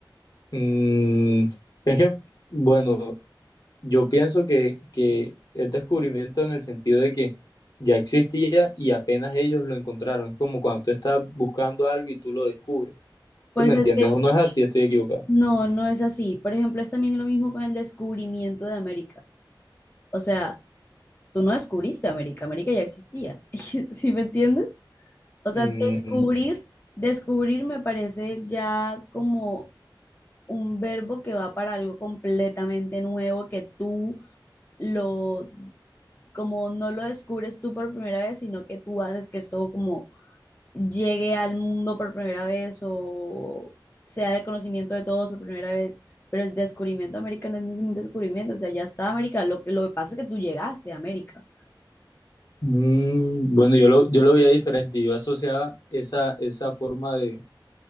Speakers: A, on the left (about 50°); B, on the left (about 25°).
A: Mm, es que, bueno, yo pienso que, que es descubrimiento en el sentido de que ya existía y apenas ellos lo encontraron. Es como cuando tú estás buscando algo y tú lo descubres. ¿Sí
B: Pues
A: me
B: es
A: entiendes?
B: que
A: ¿O no es así? Estoy equivocado.
B: no, no es así. Por ejemplo, es también lo mismo con el descubrimiento de América. O sea, tú no descubriste América, América ya existía. <laughs> ¿Sí me entiendes? O sea,
A: Mm,
B: descubrir, descubrir me parece ya como un verbo que va para algo completamente nuevo que tú lo como no lo descubres tú por primera vez, sino que tú haces que esto como llegue al mundo por primera vez o sea de conocimiento de todos por primera vez. Pero el descubrimiento de América no es ningún descubrimiento, o sea, ya está América. Lo que, lo que pasa es que tú llegaste a América.
A: Mm, bueno, yo lo, yo lo veía diferente. Yo asociaba esa, esa forma de,